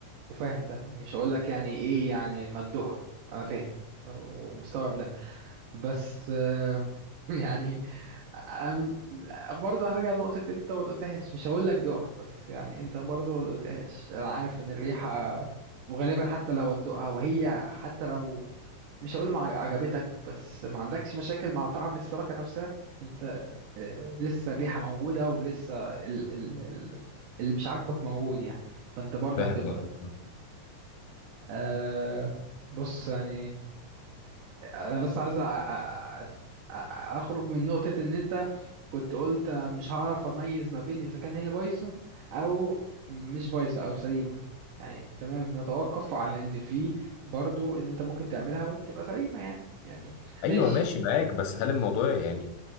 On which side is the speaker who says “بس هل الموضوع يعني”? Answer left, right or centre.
Left